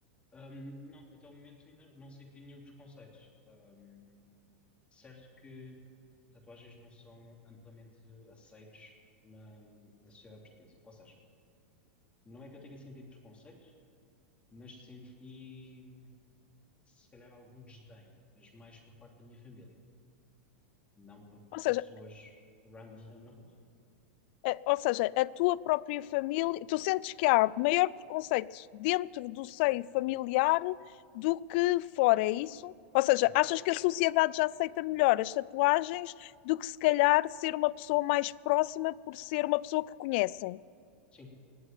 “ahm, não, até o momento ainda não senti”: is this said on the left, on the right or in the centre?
Left